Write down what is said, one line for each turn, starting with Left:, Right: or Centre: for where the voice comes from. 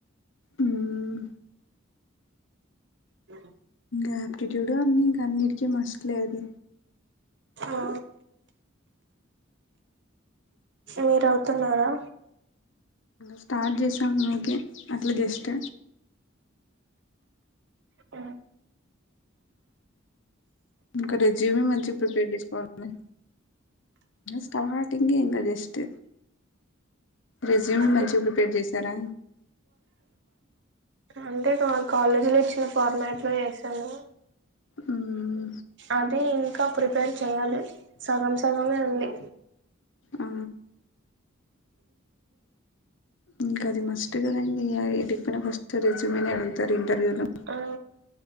Left: మ్మ్
Right: ఆ
Left: ఆయాప్టిట్యూడ్ అన్ని ఇంక అన్నిటికీ మస్ట్ లేదు
Right: ఆ మీరవుతున్నారా
Left: స్టార్ట్ చేశాము మకి అట్లా జస్ట్
Right: అ
Left: ఇంకా రెజిమ మంచి ప్రిపేర్ చేసుకోవాలని స్టార్టింగ్ ఎంగ జస్ట్ రెజ్యూమ్
Right: ఆ
Left: మంచిగా ప్రిపేర్ చేసారా
Right: అంటే నా కాలేజీలో ఇచ్చిన ఫార్మాట్ లో చేసాను
Left: మ్మ్
Right: అది ఇంకా ప్రిపేర్ చేయాలి సగం సగమే ఉంది
Left: ఆ ఇంకా అది మస్ట్గాదం ఏది ఫస్ట్ రిజ్యూమిని అడుగుతారు ఇంటర్వ్యూ లో
Right: ఆ